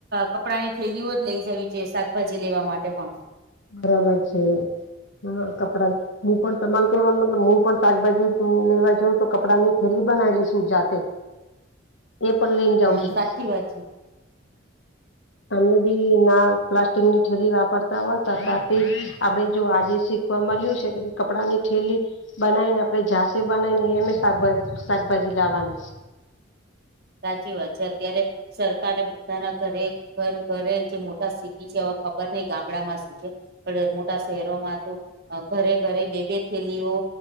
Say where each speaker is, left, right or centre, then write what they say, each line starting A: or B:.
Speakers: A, on the right; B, on the left.
A: કપડાંની થેલીઓ જ લઈ જવી જોઈએ શાકભાજી લેવા માટે પણ
B: બરાબર છે, હા કપડા હું પણ તમારે કેવાનો મતલબ હું પણ શાકભાજી લેવા જઉં તો કપડાંની થેલી બનાઈ લીશું જાતે એ પણ લઈને જાઉં
A: હ
B: છું.
A: સાચી વાત છે
B: તમે બી ના પ્લાસ્ટિકની થેલી વાપરતા હોત <unintelligible> તો અત્યારથી આપડે જો આજે શીખવા મળ્યું છે, કે કપડાની થેલી બનાઈને આપણે જાતે બનાઈને એમે શાકભા-શાકભાજી લાવવાની
A: સાચી વાત છે, અત્યારે સરકારે બધાના ઘરે ઘરે ઘરે જે મોટા સિટી છે, હવે ખબર નહી ગામડામાં શું છે. પણ મોટા શહેરોમાં તો અ ઘરે ઘરે બે બે થેલીઓ